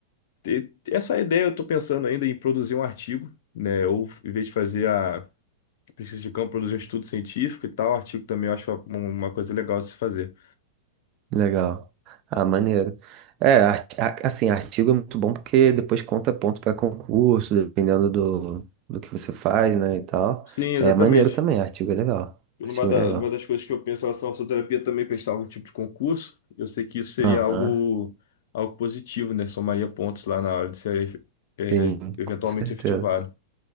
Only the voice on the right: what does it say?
Legal. Ah, maneiro. É, ar- a- assim, artigo é muito bom porque depois conta ponto para concurso, dependendo do, do que você faz, né, e tal.
É maneiro também, artigo é legal.
Artigo
é legal.
Aham.
Sim,
com certeza.